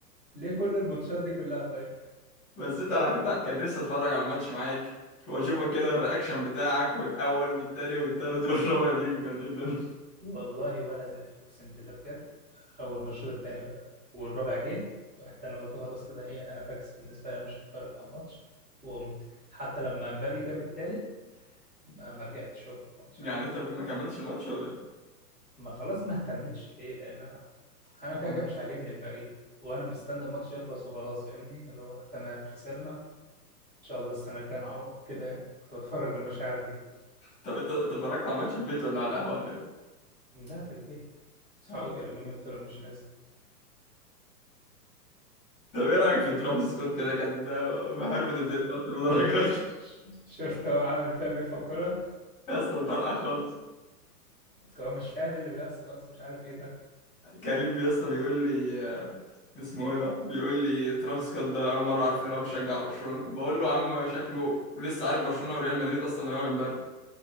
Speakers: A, on the right; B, on the left.
A: ليه كل الماتشات دي كلها طيب
B: بس انت انا كنت كان نفسي اتفرج على الماتش معاك واشوفك كده الرياكشن بتاعك والاول والتاني والتالت والرابع بيجوا كان ايه الدنيا
A: والله ولا زال أقسم بالله بجد أول ما الشوط التاني بدأ والرابع جه رحت أنا قلت خلاص كده إيه أنا فاكس بالنسبة لي أنا مش هتفرج على الماتش وقمت حتى لما مبابي جاب التالت ما ما رجعت شفت الماتش
B: يعني
A: عادي
B: انت ما كملتش الماتش ولا ايه؟
A: ما خلاص ما اهتمتش ليه لان انا انا
B: آه.
A: كده كده مش عاجبني الفريق وانا مستني الماتش يخلص وخلاص فاهمني اللي هو تمام خسرنا ان شاء الله السنه الجايه نعوض كده يعني كنت بتفرج بالمشاعر دي
B: طب انت انت اتفرجت على الماتش في البيت ولا على القهوه ولا ايه؟
A: لا في البيت صحابي
B: اه انت
A: كلموني قلت لهم مش نازل
B: طب ايه رايك في ترافيس سكوت كده كان مهربد الدنيا في المدرجات
A: <laughs>
B: <laughs>
A: ش- شفت هو عامل فيها بيفهم كرة
B: يا اسطى مطرقع خالص
A: هو مش فاهم ايه اللي بيحصل اصلا مش عارف ايه ده
B: كريم يا اسطى بيقول لي آه، اسمه ايه ده بيقول لي ترافيس سكوت ده أنا اول مره اعرف اللي هو بيشجع برشلونه بقول له يا عم شكله لسه عارف برشلونه وريال مدريد اصلا من اول امبارح